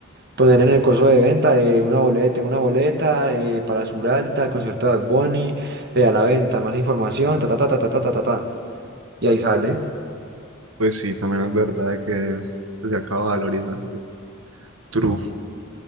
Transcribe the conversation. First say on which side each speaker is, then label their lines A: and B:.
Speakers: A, on the right (about 55°); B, on the right (about 85°).
A: poner en el coso de venta de una boleta, tengo una boleta eh, para Suralta, concierto de Bad Bunny, eh, a la venta, más información, ta ta ta ta ta ta ta ta, ta. y ahí sale.
B: Pues sí, también es verdad que pues, se acaba valorizando. True.